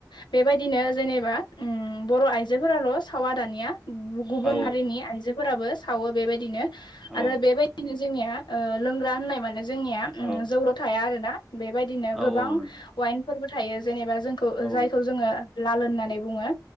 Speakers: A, on the left; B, in the centre.
A: बेबायदिनो जेनेबा उम बर आइजोफोराल सावा दानिया गुबुन
B: औ
A: हारिनि आइजोफोराबो सावो बेबायदिनो आरो
B: औ
A: बेबायदिनो जोंनिया ओ लोंग्रा होननाय माने जोंनिया उम
B: औ
A: जौल थाया आरो ना बेबायदिनो
B: औ
A: गोबां
B: औ नंगौ
A: वाइनफोरबो थायो जेनेबा जोंखौ
B: औ
A: जायखौ जोंङो लाल होननानै बुंङो